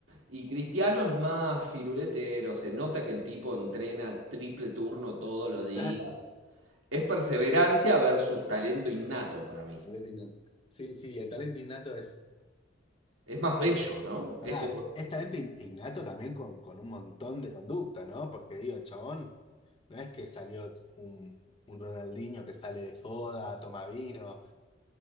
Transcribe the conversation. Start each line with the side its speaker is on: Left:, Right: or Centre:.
Right: Y Cristiano es más firuletero, se nota que el tipo entrena triple turno todos los días,
Left: Claro.
Right: Es perseverancia versus talento innato para mí.
Left: Talento innato. Sí, sí, el talento innato es
Right: Es más bello,
Left: Y eh,
Right: ¿no?
Left: pará,
Right: Es como...
Left: es talento in- innato también con, con un montón de conducta, ¿no? Porque digo, chabón, no es que salió un, un Ronaldinho que sale de joda, toma vino.